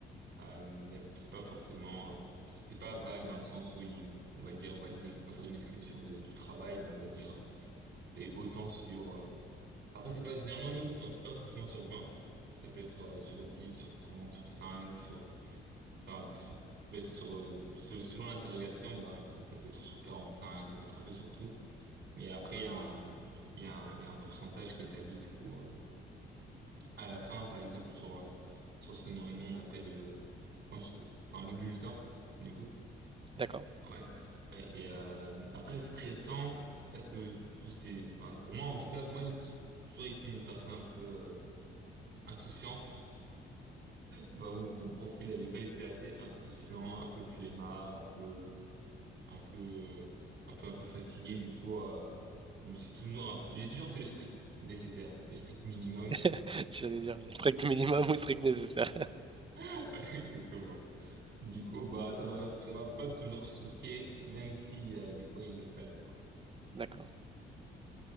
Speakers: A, on the right (about 60°); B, on the right (about 25°).
A: Euh, il y a- c'est pas forcément, c'est c'est pas vague dans le sens où il- on va dire, on va dé- pas faire une description de- du travail, mais on va dire, euh, t'as eu autant sur euh, après, c'est pas, finalement, nous, on sait pas forcément sur vingt Ça peut être euh, sur 10 sur 30 sur 5 sur, enfin, ça peut être sur, euh, se- selon l'interrogation, ben, c'est- ça peut être sur quarante cinq ça peut être un peu sur tout. Mais après, il y a un, il y a un, il y a un pourcentage qui est établi, du coup, euh, à la fin, par exemple, sur, euh, sur ce que nous, nous, on appelle, euh, je pense, euh, enfin, le bulletin, du coup.
B: D'accord.
A: Ouais. Ouais, Et, euh, après, stressant, est-ce que tous ces, enfin, pour moi, en tout cas, moi, j'ai t- toujours été une personne un peu, euh, insouciante. Bah, mon, mon profil à l'école était assez insouciant, un peu flemmard, un peu, un peu, euh, un peu, un peu fatigué. Du coup, euh, je me suis toujours un peu, j'ai toujours fait le strict nécessaire, le strict minimum.
B: <laughs> J'allais dire strict minimum ou strict nécessaire.
A: <laughs> Exactement. Du coup, bah, ça m'a, ça m'a pas toujours soucié, même si, euh, des fois il le fallait, quoi.
B: <laughs> D'accord.